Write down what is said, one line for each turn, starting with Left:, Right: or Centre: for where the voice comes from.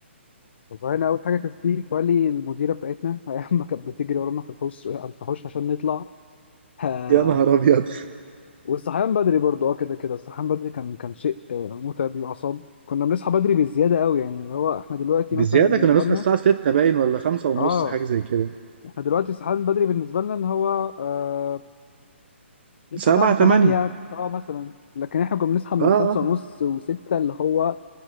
Left: والله انا اول حاجة كانت في بالي المديرة بتاعتنا <laughs> ايام ما كانت بتجري ورانا في الحوش على الفحوش عشان نطلع <laughs> آه،
Right: يا نهار أبيض
Left: والصحيان بدري برضه اه كده كده الصحيان بدري كان كان شيء آه، متعب للأعصاب كنا بنصحى بدري بزيادة قوي يعني اللي هو احنا دلوقتي
Right: بزيادة
Left: مثلا بالنسبة
Right: كنا بنصحى
Left: لنا
Right: الساعة ستة باين ولا خمسة ونص
Left: اه
Right: حاجة زي كده
Left: احنا دلوقتي الصحيان بدري بالنسبه لنا ان هو آه نصحى
Right: سبعة
Left: تعب
Right: تمانية
Left: 8 اه مثلا لكن احنا كنا بنصحى من
Right: اه آه،
Left: 5 ونص و6 اللي هو